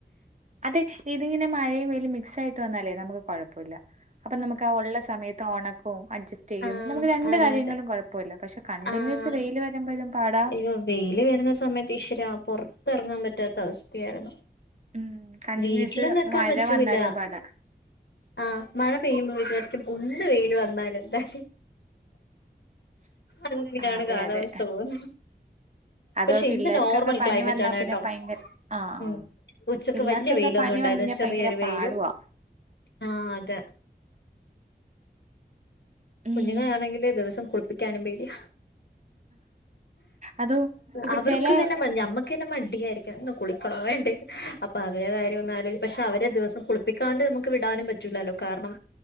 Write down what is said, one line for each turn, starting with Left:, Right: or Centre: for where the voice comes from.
Right: അതെ ഇത്ങ്ങനെ മഴയും വെയിലും മിക്സായിട്ട് വന്നാലെ നമ്മക്ക് കൊഴപ്പല്ല അപ്പം നമ്മക്ക് ആഹ് ഒള്ള സമയത്ത് ഒണക്കും അഡ്ജസ്റ്റീയ്യും
Left: ആഹ്
Right: നമ്മക്ക് രണ്ട്
Left: അതെ
Right: കാര്യങ്ങളും
Left: അതെ
Right: കൊഴപ്പ പ്പല്ല പക്ഷെ കണ്ടിന്യൂസ്
Left: ആഹ്
Right: വെയില് വരുമ്പഴും പാടാ
Left: അയ്യോ വെയില് വരുന്ന സമയത്ത് ഈശ്വരാ പൊറത്തെറങ്ങാ പറ്റാത്ത അവസ്ഥയാരുന്നു
Right: ഉം കണ്ടിന്യൂസ്
Left: വീട്ട്ല് നിക്കാ
Right: മഴ
Left: പറ്റൂല
Right: വന്നാലും പാടാ
Left: ആഹ് മഴ പെയ്യുമ്പൊ വിജാരിക്കും ഒന്ന് വെയില് വന്നാലെന്താ
Right: <unintelligible>
Left: അങ്ങെനേണ്
Right: അതെ
Left: കാലാവസ്ഥ
Right: അതെ
Left: പോവ്
Right: അത്
Left: പക്ഷെ
Right: പിള്ളേർക്കൊക്കെ
Left: ഇന്ന് നോർമൽ
Right: പനി
Left: ക്ലൈമറ്റാണ്
Right: വന്നാ പിന്നെ
Left: കെട്ടോ.
Right: ഭയങ്കര ആ ആ
Left: ഉം ഉച്ച
Right: പിള്ളേർക്കൊക്കെ
Left: വല്യ വെയിലൊന്നുണ്ടായിര്ന്നില്ല
Right: പനി വന്നു കഴിഞ്ഞാൽ
Left: ചെറിയൊരു
Right: ഭയങ്കര
Left: വെയിലും.
Right: പാടുവാ
Left: ആഹ് അതെ
Right: ഉം
Left: കുഞ്ഞുങ്ങളാണെങ്കില് ദിവസം കുളി പ്പിക്കാനും പേടിയ.
Right: അതോ ഇപ്പൊ
Left: അവർക്കും
Right: ചെല
Left: തന്നെ ഞമ്മ ക്കന്നെ മടിയായിരിക്കും. ഇന്ന് കുളിക്കണൊ വേണ്ടെ. അപ്പൊ അവരെ കാര്യൊന്നാലൊ പഷെ അവരെ ദിവസം കുളിപ്പി ക്കാണ്ട് നമ്മക്ക് വിടാനും പറ്റൂലാല്ലൊ. കാരണം